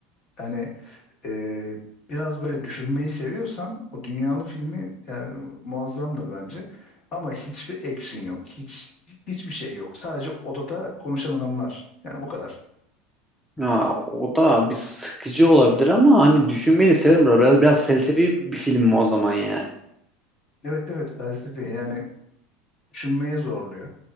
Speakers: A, on the left; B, in the centre.
A: yani e, biraz böyle düşünmeyi seviyorsan o dünyalı filmi yani muazzamdır bence. Ama hiçbir action yok. Hiç hiçbir şey yok. Sadece odada konuşan adamlar. Yani bu kadar.
B: Ya, o da bir sıkıcı olabilir ama hani düşünmeyi de severim. Biraz, biraz felsefi bir film mi o zaman yani?
A: Evet evet felsefi yani düşünmeye zorluyor.